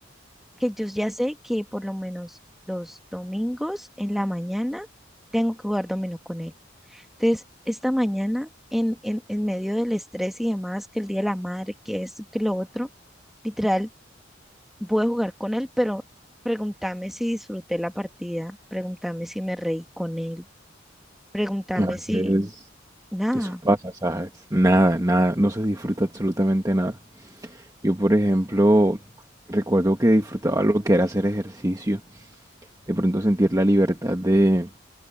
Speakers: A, in the centre; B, on the right.
A: que yo ya sé que por lo menos los domingos en la mañana tengo que jugar dominó con él. Entonces, esta mañana, en, en, en medio del estrés y demás, que el Día de la Madre, que esto, que lo otro, literal, voy a jugar con él, pero pregúntame si disfruté la partida, pregúntame si me reí con él Pregúntame
B: a veces
A: si, nada,
B: eso pasa, ¿sabes? Nada, nada, no se disfruta absolutamente nada. Yo, por ejemplo, recuerdo que disfrutaba lo que era hacer ejercicio, de pronto sentir la libertad de